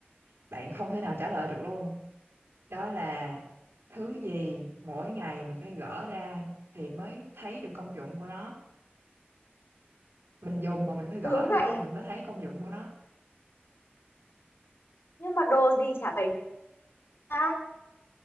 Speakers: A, on the right; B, on the left.
A: bạn không thể nào trả lời được luôn đó là thứ gì mỗi ngày mình phải gỡ ra thì mới thấy được công dụng của nó mình dùng mà mình phải gỡ
B: thứ
A: ra
B: này
A: thì mình mới thấy công dụng của nó
B: nhưng mà đồ gì chả phải ra